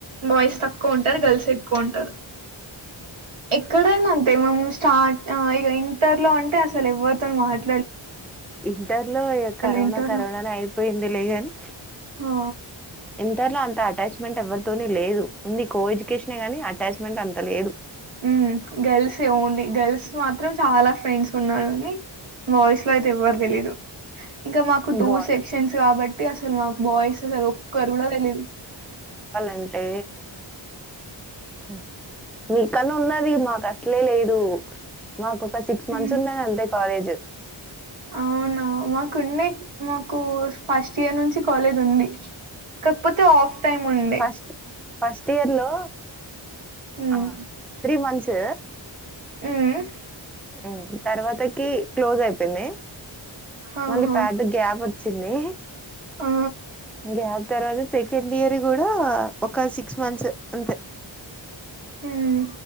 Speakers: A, on the right; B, in the centre.
A: బాయ్స్ తక్కువ ఉంటారు గర్ల్స్ ఎక్కువ ఉంటారు ఎక్కడైనా అంతే మే స్టార్ట్ ఇక ఇంటర్ లో అంటే అసలు ఎవరితో మాట్
B: ఇంటర్లో కరోనా
A: ఇంటర్
B: కరోనానే
A: లో
B: అయిపోయింది లేగాని
A: ఆ
B: ఇంటర్లో అంత అటాచ్మెంట్ ఎవ్వరితోని లేదు ఉంది కో ఎడ్యుకేషనే గానీ అటాచ్మెంట్ అంత లేదు
A: హ్మ్ గర్ల్సే ఓన్లీ గర్ల్స్ మాత్రం చాలా ఫ్రెండ్స్ ఉన్నారు కాని బాయ్స్ లో అయితే ఎవ్వరు తెలిదు ఇంకా మాకు టూ
B: బాయ్
A: సెక్షన్స్ కాబట్టి అసలు మాకు బాయ్స్ అసలు ఒక్కరు కూడా తెలిదు
B: అంటే హ్మ్ నీ కన్నా ఉన్నది మాకు అసలే లేదు మాకు ఒక సిక్స్ మంత్స్
A: ఉమ్
B: ఉన్నది అంతే కాలేజ్
A: అవునా మాకుండే మాకు ఫస్ట్ ఇయర్ నుంచి కాలేజ్ ఉంది కాకపోతే ఆఫ్ టైం ఉండే
B: ఫస్ట్ ఫస్ట్ ఇయర్ లో
A: ఉమ్,
B: ఆ త్రీ మంత్స్
A: హ్మ్
B: హ్మ్ తర్వాతకి క్లోజ్ అయిపోయింది
A: ఆహా,
B: మళ్ళీ గ్యాప్ వ చ్చింది
A: ఆ,
B: గ్యాప్ తర్వాత సెకండ్ ఇయర్ కూడా ఒక సిక్స్ మంత్స్ అంతే <inaudible>
A: ఊమ్